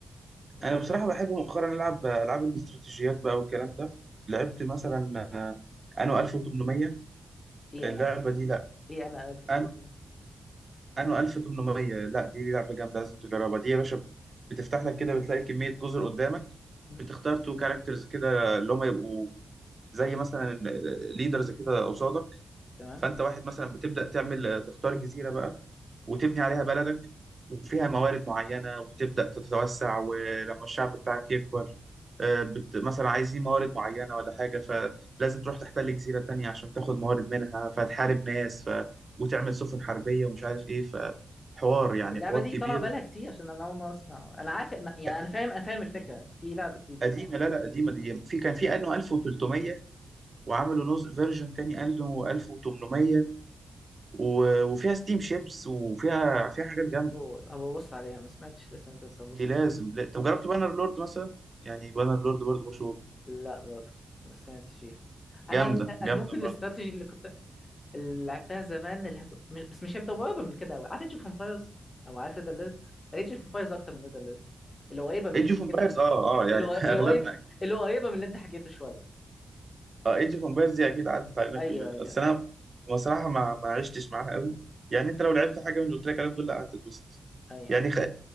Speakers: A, on the left (about 35°); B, on the right (about 40°).
A: اللي
B: انا
A: انا
B: بصراحه
A: فاكرها
B: بحب مؤخرا العب العاب الاستراتيجيات بقى والكلام ده لعبت مثلا آه، انو 1800
A: ايه
B: اللعبه
A: انا
B: دي لا
A: ايه انا 1300
B: انو انو 1800 لا دي لعبه جامده لازم تجربها دي يا باشا بتفتح لك كده بتلاقي كميه جزر قدامك
A: مم،
B: بتختار تو كاركترز كده اللي هم يبقوا زي مثلا ليدرز كده قصادك
A: تمام
B: فانت واحد مثلا بتبدا تعمل آه، تختار جزيره بقى وتبني عليها بلدك وفيها موارد معينة وتبدأ تتوسع ولما الشعب بتاعك يكبر آه، بت... مثلا عايزين موارد معينة ولا حاجة فلازم تروح تحتل جزيرة تانية عشان تاخد موارد منها فتحارب ناس ف... وتعمل سفن حربية ومش عارف إيه فحوار يعني
A: اللعبه
B: حوار
A: دي
B: كبير
A: طالعه بالها كتير عشان انا اول مره اسمع انا عارف انا يعني
B: لا ده
A: انا فاهم انا فاهم الفكره
B: قديمة
A: في لعبه كتير بس
B: قديمة
A: أنا ما
B: لا
A: شفتهاش.
B: لا قديمة دي في كان في أنو 1300 وعملوا نوز فيرجن تاني أنو 1800 و... وفيها ستيم شيبس وفيها فيها حاجات جامدة
A: أوه، هبقى ابص عليها ما سمعتش لسه انت بس هبص
B: دي لازم
A: عليها
B: لا طب جربت بانر لورد مثلا يعني بانر لورد برضه مشهور
A: لا برضه ما سمعتش فيها انا
B: جامده جامده
A: انا ممكن
B: برضه
A: الاستراتيجي اللي كنت اللي لعبتها زمان اللي هت... م- بس مش هيبدا قريبه من كده قوي عارف ايج اوف امبايرز او عارف ريد اليرت ايج اوف امبايرز اكتر من ريد اليرت اللي قريبه من
B: ايج
A: اللي انت
B: اوف
A: حكيته
B: امبايرز اه اه يعني
A: اللي قر-
B: <laughs> اغلبنا
A: قريبه
B: أكيد.
A: اللي قريبه من اللي انت حكيته شويه
B: اه ايج اوف امبايرز دي اكيد عدت علينا
A: ايوه
B: كلنا
A: ايوه
B: بس
A: ايوه
B: انا بصراحه ما ما عشتش معاها قوي يعني انت لو لعبت حاجه من اللي قلت لك عليهم دول لا هتتبسط
A: ايوه
B: يعني
A: ايوه
B: خ...